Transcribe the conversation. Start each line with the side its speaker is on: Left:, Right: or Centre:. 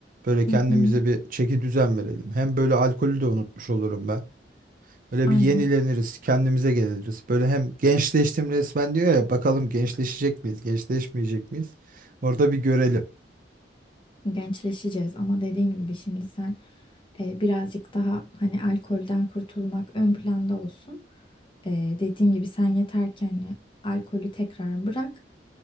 Right: Böyle kendimize
Left: Hı hı.
Right: bir çeki düzen verelim. Hem böyle alkolü de unutmuş olurum ben. Böyle
Left: Aynen.
Right: bir yenileniriz, kendimize geliriz. Böyle hem gençleştim resmen diyor ya bakalım gençleşecek miyiz, gençleşmeyecek miyiz? Orada bir görelim.
Left: gençleşeceğiz ama dediğim gibi şimdi sen e, birazcık daha hani alkolden kurtulmak ön planda olsun. E, dediğim gibi sen yeter ki hani alkolü tekrar bırak.